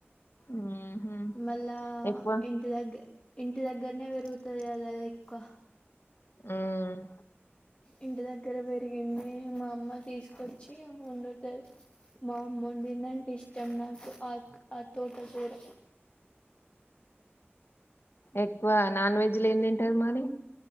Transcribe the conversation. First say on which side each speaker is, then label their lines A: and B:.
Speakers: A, on the left (about 60°); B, on the left (about 30°).
A: ఊహు
B: మళ్ళా
A: ఎక్కువ
B: ఇంటి దగ్గర ఇంటి దగ్గరనే పెరుగుతది కదా ఆది ఎక్కువ
A: మ్మ్ హ్
B: ఇంటి దగ్గర పెరిగింది మా అమ్మ తీసుకొచ్చి వండుతది మా అమ్మ వండిదంటే ఇష్టం నాకు ఆ తోట కూర
A: ఎక్కువ నాన్ వెజ్ లు ఏమి తింటారు మరి